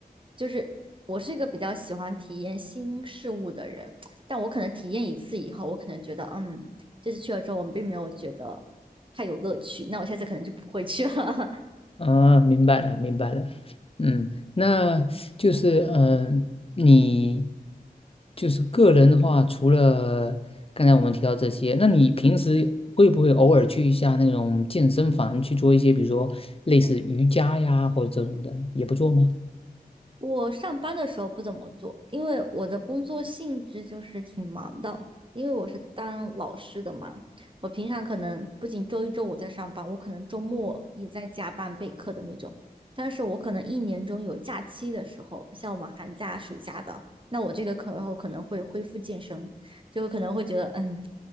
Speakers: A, on the right; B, on the left.
A: 就是我是一个比较喜欢体验新事物的人。但我可能体验一次以后，我可能觉得，嗯，这次去了之后，我并没有觉得太有乐趣，那我下次可能就不会去了。
B: 啊，明白了，明白了。嗯，那就是嗯、你就是个人的话，除了刚才我们提到这些，那你平时会不会偶尔去一下那种健身房去做一些，比如说类似瑜伽呀，或者这种的，也不做吗？
A: 我上班的时候不怎么做，因为我的工作性质就是挺忙的，因为我是当老师的嘛。我平常可能不仅周一周五在上班，我可能周末也在加班备课的那种。但是我可能一年中有假期的时候，像我们寒假、暑假的，那我这个课后可能会恢复健身，就可能会觉得，嗯，